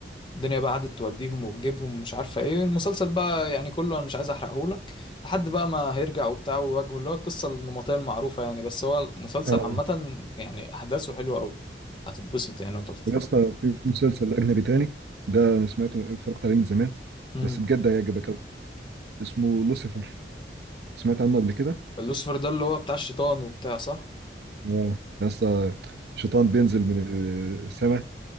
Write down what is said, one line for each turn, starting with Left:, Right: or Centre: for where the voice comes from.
Left: الدنيا بقى قعدت توديهم وتجيبهم ومش عارفه ايه المسلسل بقى يعني كله انا مش عايز احرقهولك لحد بقى ما هيرجع وبتاع ويواجهه اللي هو القصه النمطيه المعروفه يعني بس هو المسلسل
Right: اه
Left: عامه يعني احداثه حلوه قوي هتتبسط يعني وانت بتتفرج
Right: يا اسطى في مسلسل أجنبي تاني ده أنا سمعته اتفرجت عليه من زمان
Left: امم
Right: بس بجد هيعجبك أوي اسمه لوسيفر سمعت عنه قبل كده؟
Left: لوسيفر ده اللي هو بتاع الشيطان وبتاع صح
Right: آه يا اسطى شيطان بينزل من السماء